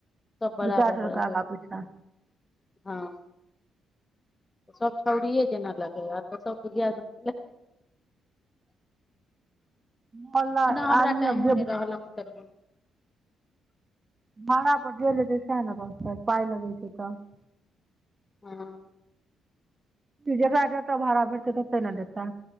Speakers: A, on the left (about 20°); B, on the right (about 25°).
A: सब बराबर
B: दू चारि
A: बराबर
B: सौ रुपया आगा
A: रहै
B: पीछा
A: हँ सभ छउड़िए जेना लगै आब तऽ सभ बुढ़िया सब
B: मोहल्ला
A: ओना हमरा
B: आदमी
A: टाइमो
B: अब जे
A: नहि रहल ह उतरब
B: हँ ब्डील तैस ने रह पाय लगै छै तऽ <unintelligible>
A: हँ
B: त जगह जाता भाड़ा भरत तऽ ते ने देता